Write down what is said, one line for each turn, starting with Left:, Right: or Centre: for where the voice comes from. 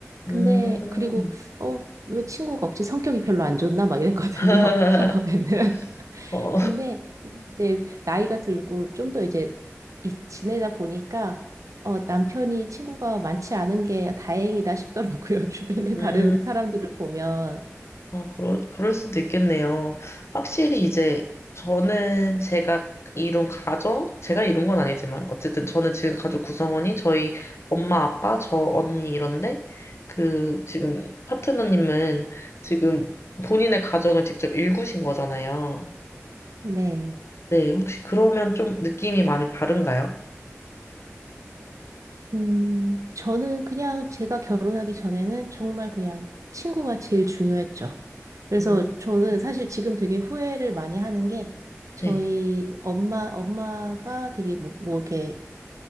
Right: 근데
Left: 음.
Right: 그리고 어, 왜 친구가 없지? 성격이 별로 안 좋나? 막 이랬거든요.
Left: <laughs>
Right: <laughs> 처음에는.
Left: 어,
Right: 근데 이게 이제 나이가 들고 좀 더 이제 이- 지내다 보니까 어, 남편이 친구가 많지 않은 게 다행이다 싶더라고요. <laughs> 주변에 다른
Left: 음.
Right: 사람들을 보면.
Left: 어, 그럴, 그럴 수도 있겠네요. 확실히 이제 저는 제가 이룬 가정, 제가 이룬 건 아니지만, 어쨌든 저는 지금 가족 구성원이 저희 엄마, 아빠, 저 언니 이런데, 그 지금 파트너님은 지금 본인의 가정을 직접 일구신 거잖아요.
Right: 네.
Left: 네, 혹시 그러면 좀 느낌이 많이 다른가요?
Right: 음, 저는 그냥 제가 결혼하기 전에는 정말 그냥 친구가 제일 중요했죠. 그래서
Left: 음,
Right: 저는 사실 지금 되게 후회를 많이 하는 게 저희
Left: 네,
Right: 엄마, 엄마가 되게 뭐, 뭐 이렇게